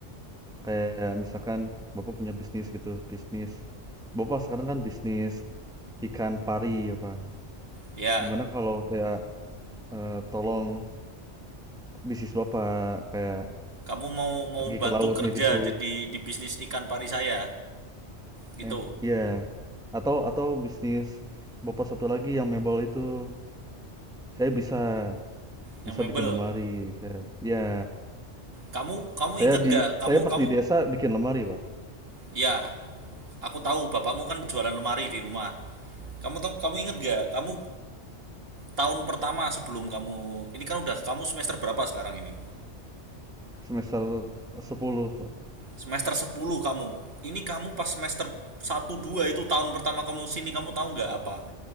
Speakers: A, in the centre; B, on the right.
A: kayak misalkan bapak punya bisnis gitu bisnis bapak sekarang kan bisnis ikan pari ya pak
B: ya
A: gimana kalau saya eh, tolong bisnis bapak kayak
B: kamu mau mau
A: pergi
B: bantu
A: ke lautnya
B: kerja
A: gitu
B: jadi di bisnis ikan pari saya gitu
A: Eh, iya. Atau atau bisnis bapak satu lagi yang mebel itu, saya bisa
B: yang
A: bisa
B: mebel
A: bikin lemari. Saya, ya
B: kamu kamu
A: Saya
B: inget
A: di
B: gak kamu
A: saya pas
B: kamu
A: di desa bikin lemari Pak,
B: ya aku tahu bapakmu kan jualan lemari di rumah kamu tau- kamu inget gak kamu tahun pertama sebelum kamu ini kan udah kamu semester berapa sekarang ini
A: semester sepuluh Pak.
B: semester sepuluh kamu ini kamu pas semester satu dua itu tahun pertama kamu sini kamu tahu nggak apa